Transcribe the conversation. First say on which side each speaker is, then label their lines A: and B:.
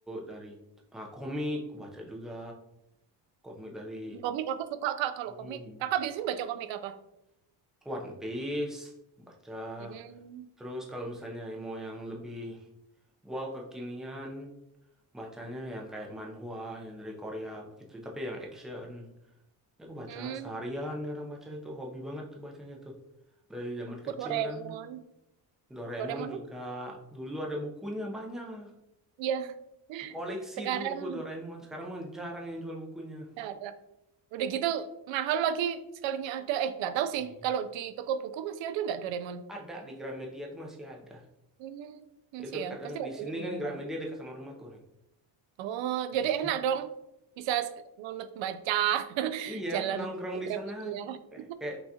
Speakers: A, in the centre; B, on the right (about 75°).
A: dari ah, komik, aku baca juga, komik dari
B: Komik aku suka kak kalau
A: hmm,
B: komik. Kakak biasanya baca komik apa?
A: One Piece, baca.
B: Hmm.
A: Terus kalau misalnya mau yang lebih wow kekinian, bacanya yang kayak manhwa, yang dari Korea begitu, tapi yang action. Ya, aku baca
B: Hmm.
A: seharian kadang baca itu hobi banget tuh bacanya tuh. Dari zaman
B: Aku
A: kecil
B: Doraemon.
A: kan Doraemon
B: Doraemon?
A: juga dulu ada bukunya banyak.
B: Iya. <laughs>
A: Koleksi
B: Sekarang.
A: dulu buku Doraemon. Sekarang mah jarang yang jual bukunya.
B: Nggak ada. Udah gitu mahal lagi sekalinya ada. Eh, nggak tahu
A: Iya.
B: sih. Kalau di toko buku masih ada nggak Doraemon?
A: Ada di Gramedia tuh masih ada.
B: Hmm, masih
A: Itu
B: ya.
A: kadang
B: Pasti
A: di
B: ada
A: sini
B: yang
A: kan Gramedia
B: mahal.
A: dekat sama rumahku nih.
B: Oh,
A: Iya,
B: jadi enak dong. Bisa sek- nunut baca <laughs>
A: Iya,
B: jalan
A: nongkrong di
B: Gramedia.
A: sana kayak,
B: <laughs>
A: kayak